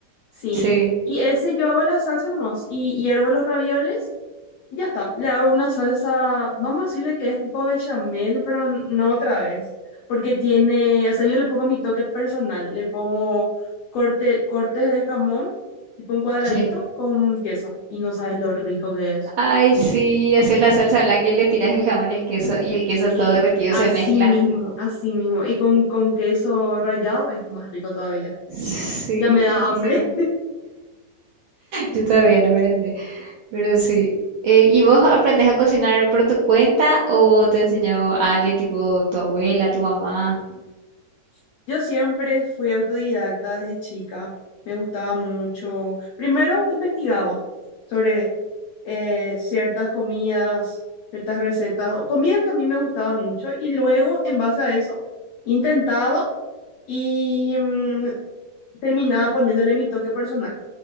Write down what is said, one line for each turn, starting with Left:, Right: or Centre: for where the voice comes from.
Left: Sí.
Right: sí,
Left: Y ese yo hago la salsa nomás. Y hiervo los ravioles Y ya está, le hago una salsa, vamos a decirle que es tipo bechamel, pero n- no otra vez, porque tiene, o sea, yo le pongo mi toque personal, le pongo corte, cortes de jamón, tipo en cuadraditos,
Right: sí.
Left: con queso, y no sabes lo rico que es.
Right: Ay, sí, haces la salsa blanca y le tiras el jamón y el queso y el queso
Left: Sí,
Right: todo derretido
Left: así
Right: se mezcla.
Left: mismo, así mismo, y con, con queso rallado es más rico todavía.
Right: Sí,
Left: Ya me da
Right: riquísimo.
Left: hambre.
Right: Yo todavía no merendé. Pero sí. Eh, ¿y vos aprendes a cocinar por tu cuenta o te enseñó a alguien tipo tu abuela, tu mamá?
Left: <laughs> Yo siempre fui autodidacta desde chica, me gustaba mucho. Primero investigaba sobre eh, ciertas comidas, ciertas recetas, o comidas que a mí me gustaban mucho y luego en base a eso intentaba y mm, terminaba poniéndole mi toque personal.